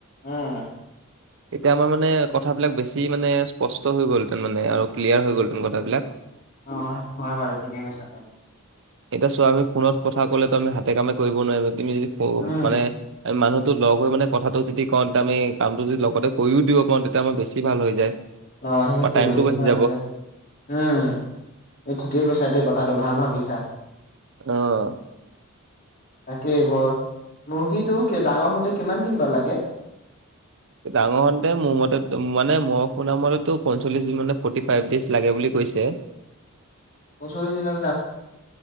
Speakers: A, on the left; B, on the right.
A: আহ।
B: তেতিয়া আমাৰ মানে কথাবিলাক বেছি মানে স্পষ্ট হৈ গ'ল হেতেন মানে আৰু ক্লিয়াৰ হৈ গ'ল হেতেন কথাবিলাক।
A: অ' সেইটো হয় বাৰু ঠিকেই কৈছা।
B: এতিয়া চোৱা আমি ফোনত কথা কলেতো আমি হাতে কামে কৰিব নোৱাৰিম তুমি যদি
A: উম,
B: মানে আমি মানুহতো লগ হৈ মানে কথাটো যদি কওঁ তেতিয়া আমি কামটো যদি লগতে কৰিও দিব পাৰোঁ তেতিয়া আমাৰ বেছি ভাল হৈ যায়
A: অ সেইটোৱে
B: বা টাইমটো
A: বেছি
B: বাচি
A: ভাল
B: যাব
A: যে।
B: অ।
A: উম তুমি ঠিকেই কৈছা দেই কথাটো ভাল ভাবিছা।
B: অহ।
A: তাকেই ব মুৰ্গীটো কে ডাঙৰ হওতে কিমান দিন বা লাগে?
B: ডাঙৰ হওতে মোৰ মতে মান মই শুনা মতেটো পঞ্চলিচ মানে ফৰটি ফাইভ ডেজ লাগে বুলি কৈছে।
A: পঞ্চলিছ দিনত